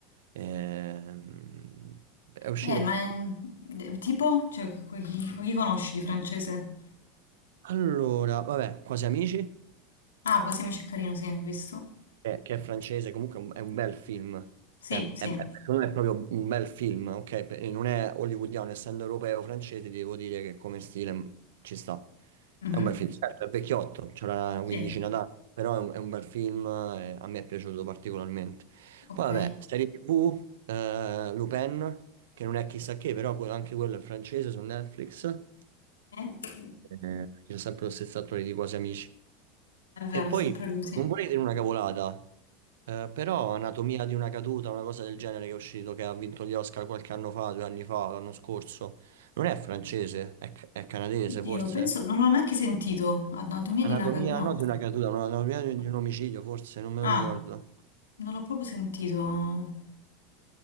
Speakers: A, on the right; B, on the left.
A: Ehm, è uscito.
B: Eh, ma è- de- tipo, cioè, que- chi, chi conosci di francese?
A: Allora, vabbè, Quasi Amici.
B: Ah, Quasi amici è carino, sì, ho visto.
A: che, che è francese, comunque è un, è un bel film.
B: Sì,
A: È, è-
B: sì.
A: è- secondo me è proprio un bel film, ok? Pe- Non è hollywoodiano, essendo europeo francese, devo dire che come stile mh, ci sta.
B: Mhm.
A: È un bel film, certo, è vecchiotto, c'era una quindicina
B: Sì,
A: d'anni, però è un, è un bel film, eh, a me è piaciuto particolarmente.
B: ok.
A: Poi vabbè, serie TV, eh, Lupin, che non è chissà che, però que- anche quello è francese su Netflix.
B: Eh,
A: Eh, c'è sempre lo stesso attore di Quasi Amici.
B: è vero,
A: E poi
B: è sempre lui, sì.
A: non vorrei dire una cavolata, eh, però Anatomia di una caduta, una cosa del genere che è uscito, che ha vinto gli Oscar qualche anno fa, due anni fa, l'anno scorso, non è francese, è, ca- è canadese
B: Oddio,
A: forse.
B: penso, non l'ho neanche sentito. Anatomia di
A: Anatomia,
B: una caduta. No.
A: no, di una caduta, no, anatomia di, di un omicidio forse, non me
B: Ah,
A: lo ricordo.
B: non l'ho proprio sentito.